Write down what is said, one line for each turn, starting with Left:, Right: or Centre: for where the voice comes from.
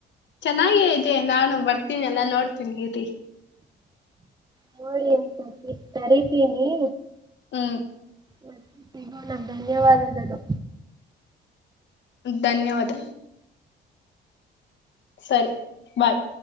Left: ಚೆನ್ನಾಗೇ ಇದೆ ನಾನು ಬರ್ತೀನಿ ಎಲ್ಲ ನೋಡ್ತೀನಿ ಇರ್ರಿ
Right: ನೋಡಿ ಎಂ <unintelligible> ಕರಿತೀನಿ
Left: ಹ್ಮ
Right: ಮತ್ ಸಿಗೋಣ ಧನ್ಯವಾದಗಳು.
Left: ಧನ್ಯವಾದ. ಸರಿ ಬಾಯ್